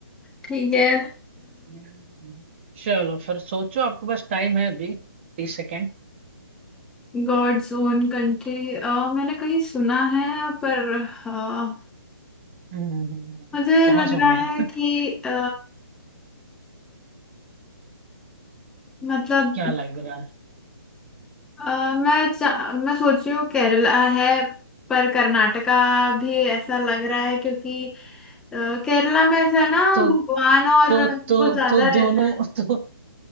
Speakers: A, in the centre; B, on the right (about 30°).
A: ठीक है
B: हम्म, चलो फिर सोचो आपके पास टाइम है अभी तीस सेकेंड
A: गॉड्स ओन कंट्री मैंने कहीं सुना है पर अ,
B: हम्म
A: मुझे
B: <laughs> कहाँ
A: लग
B: सुन
A: रहा
B: लिया
A: है कि
B: <laughs>
A: अ, मतलब
B: क्या लग रहा है
A: अ, मैं चा- मैं सोच रही हूँ केरला है पर कर्नाटका भी ऐसा लग रहा है क्योंकि अ, केरला में ऐसा है ना
B: तो
A: भगवान और
B: तो
A: वो
B: तो
A: ज्यादा
B: तो दोनों
A: रहता है
B: तो,